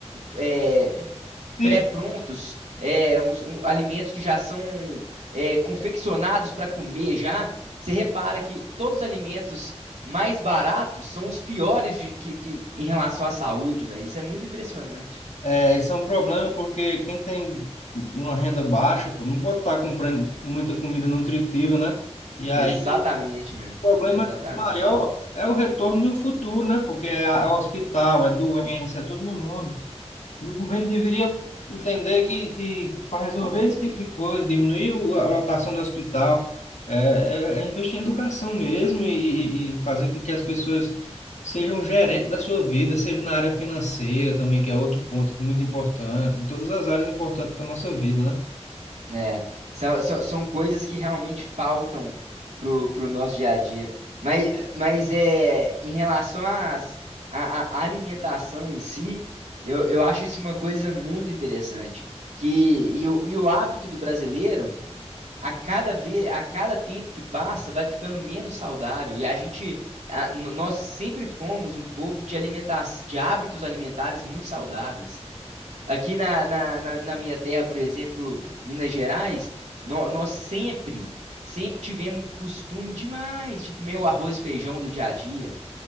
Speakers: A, on the right; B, on the left.
A: é,
B: se
A: pré-prontos, é, uns- um- alimentos que já são é, confeccionados para comer já, você repara que todos os alimentos mais baratos são os piores de- que, que- em relação à saúde, velho. Isso é muito impressionante.
B: é, isso é um problema porque quem tem uma renda baixa, pô, não pode estar comprando muita comida nutritiva, né? E aí
A: Exatamente, meu.
B: O problema
A: Exatamente.
B: maior é o retorno no futuro, né? Porque é, a- é hospital, é doença, é todo no mundo. E o governo deveria entender que, que para resolver esse tipo de coisa, diminuir o- a lotação do hospital, é, é- é investir em educação mesmo e, e- e fazer com que as pessoas sejam gerentes da sua vida, seja na área financeira também, que é outro ponto que é muito importante, em todas as áreas importantes para a nossa vida, né?
A: É, são, são, são coisas que realmente faltam pro, pro nosso dia a dia. Mas, mas é, em relação às, à, à- à alimentação em si, eu, eu acho isso uma coisa muito interessante. Que, e, o, e o hábito do brasileiro, a cada vez, a cada tempo que passa, vai ficando menos saudável. E a gente, a- n- nós sempre fomos um povo de alimenta de hábitos alimentares muito saudáveis. Aqui na, na, na, na minha terra, por exemplo, Minas Gerais, nó- nós sempre, sempre tivemos costume demais de comer o arroz e feijão do dia a dia.